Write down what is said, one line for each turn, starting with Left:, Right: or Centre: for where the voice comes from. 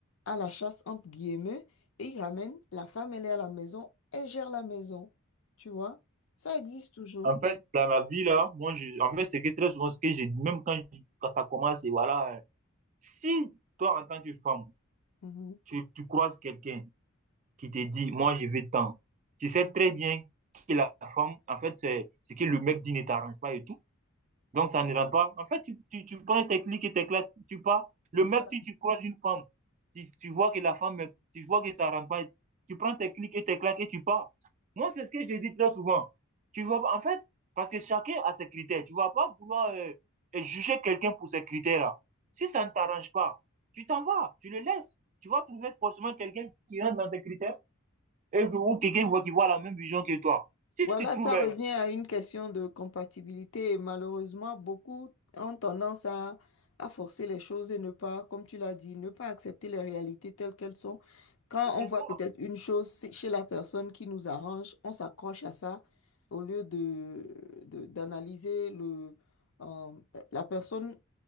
Left: à la chasse, entre guillemets, et il ramène, la femme, elle est à la maison, elle gère la maison. Tu vois? Ça existe toujours.
Right: En fait, dans la vie, là, moi, je, en fait, c'est que très souvent, ce que j'ai dit, même quand, quand ça commence, et voilà, euh, si toi, en tant que femme,
Left: Mhm.
Right: tu, tu croises quelqu'un qui te dit, moi, je veux tant. Tu sais très bien que la femme, en fait, c'est ce que le mec dit ne t'arrange pas et tout. Donc, ça ne rentre pas. En fait, tu, tu, tu prends tes clics et tes claques, tu pars. Le
Left: Voilà.
Right: mec, tu, tu croises une femme, tu, tu vois que la femme, tu vois que ça ne rentre pas. Tu prends tes clics et tes claques et tu pars. Moi, c'est ce que je dis très souvent. Tu vois, en fait, parce que chacun a ses critères. Tu ne vas pas vouloir euh, euh, juger quelqu'un pour ses critères-là. Si ça ne t'arrange pas, tu t'en vas, tu le laisses. Tu vas trouver forcément quelqu'un qui rentre dans tes critères et, ou quelqu'un voit qui voit la même vision que toi. Si
Left: Voilà,
Right: tu trouves,
Left: ça revient à une question de compatibilité et malheureusement, beaucoup ont tendance à, à forcer les choses et ne pas, comme tu l'as dit, ne pas accepter les réalités telles qu'elles sont. Quand
Right: c'est
Left: on voit
Right: ça.
Left: peut-être une chose c- chez la personne qui nous arrange, on s'accroche à ça au lieu de, de- d'analyser le, euh, la personne